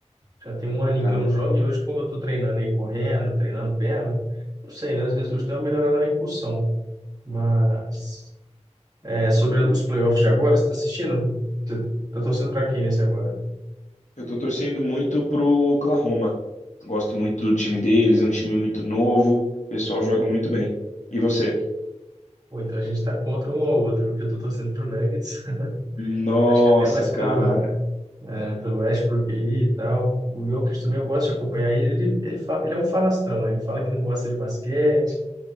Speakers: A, on the right; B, on the left.
A: Já tem um aninho
B: Cara,
A: que eu não jogo e hoje, como eu tô treinando aí correndo, treinando perna, não sei, né? Às vezes hoje deu uma melhorada na impulsão, mas é, sobre os playoffs de agora, você está assistindo? Tá tá torcendo para quem nesse agora?
B: eu tô torcendo muito pro Oklahoma. Gosto muito do time deles, é um time muito novo. O pessoal joga muito bem. E você?
A: Ou então a gente tá contra um ao outro, porque eu tô torcendo pro Nuggets, <laughs>
B: Nossa,
A: acho que até mais
B: cara.
A: pelo né, pelo Westbrook aí e tal. O Jokic também eu gosto de acompanhar ele. Ele, ele, fa- ele é um falastrão, né? Ele fala que não gosta de basquete,